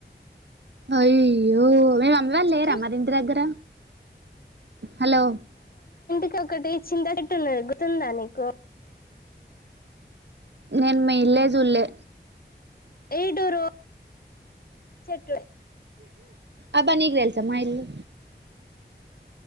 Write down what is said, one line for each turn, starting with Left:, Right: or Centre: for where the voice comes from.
Right: అయ్యో మేము అమ్మ వాళ్ళు లెేరా
Left: ఏ
Right: మరి ఇంటి దగ్గర హలో
Left: ఇక ఒకటి చింతటెట్టు గుర్తుందా నీకు
Right: నేను మెయిలే జూల్లే
Left: ఈడురు చెట్లె
Right: అబ్బా నీగ్దెల్సా మా ఇల్లు